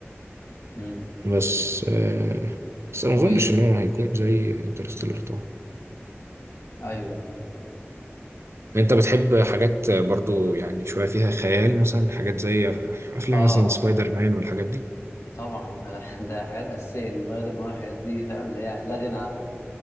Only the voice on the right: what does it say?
بس آه، بس ما
اظنش ان هو هيكون زي انترستيلر طبعا
انت بتحب حاجات برضو يعني شوية فيها خيال مثلا حاجات زي افلام
مثلا سبايدر مان والحاجات دي